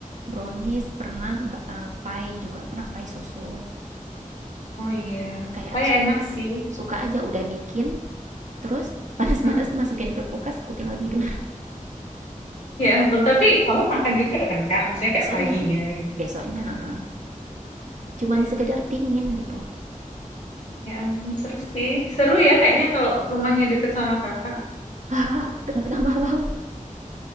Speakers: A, on the right (about 60°); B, on the left (about 60°).
A: brownies pernah, ba pai juga pernah, pai susu.
B: Oh iya,
A: Kayak
B: kayak
A: suk
B: enak sih. <laughs>
A: suka aja udah bikin, terus <laughs> panas-panas
B: Hah.
A: masukin ke kulkas, aku tinggal tidur.
B: Ya ampun, tapi kamu makan juga kan kak? Maksudnya
A: Besoknya
B: kayak paginya gitu.
A: besoknya heeh, cuman
B: Oke.
A: sekedar pingin gitu,
B: Ya ampun, seru sih. Seru ya kayaknya kalau rumahnya deket sama kakak.
A: <laughs> tengah-tengah malam.